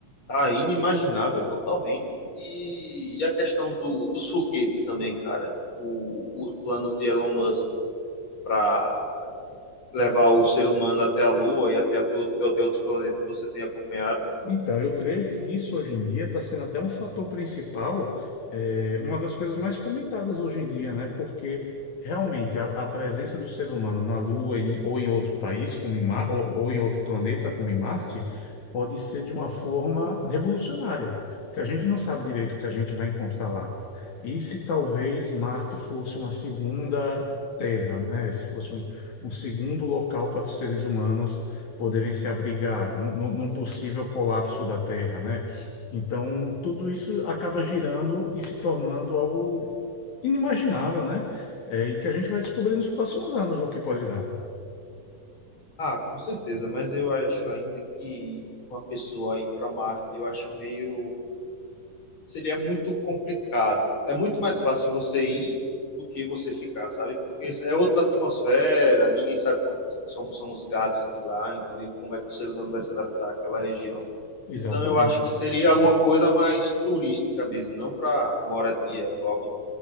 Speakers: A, on the left; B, on the left.
A: tá inimaginável totalmente. E, e a questão do, dos foguetes também, cara. O, os planos de Elon Musk para levar o ser humano até a Lua e até, a tu- até outros planetas, você tem acompanhado?
B: Então, eu creio que isso hoje em dia está sendo até um fator principal, é, uma das coisas mais comentadas hoje em dia, né? Porque realmente a, a presença do ser humano na Lua em- ou em outro país, como em Mar, ou, ou em outro planeta, como em Marte, pode ser de uma forma revolucionária, que a gente não sabe direito o que a gente vai encontrar lá. E se talvez Marte fosse uma segunda Terra, né? Se fosse um, um segundo local para os seres humanos poderem se abrigar num, num- num possível colapso da Terra, né? Então, tudo isso acaba girando e se tornando algo inimaginável, né? É, e que a gente vai descobrir nos próximos anos no que pode dar.
A: Ah, com certeza, mas eu acho ainda que uma pessoa ir para Marte, eu acho meio. Seria muito complicado. É muito mais fácil você ir do que você ficar, sabe? Porque é outra atmosfera, ninguém sabe como, como são os gases de lá, entendeu? Como é que o ser humano vai se adaptar àquela região.
B: Exatamente.
A: Então, eu acho que seria alguma coisa mais turística mesmo, não para moradia, algo.